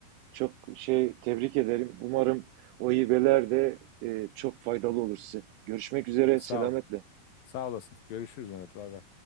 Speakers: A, on the right; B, on the left.
A: Çok şey tebrik ederim. Umarım o hibeler de e, çok faydalı olur size. Görüşmek üzere.
B: Sağ
A: Selametle.
B: ol. Sağ olasın. Görüşürüz Mehmet. Bay bay.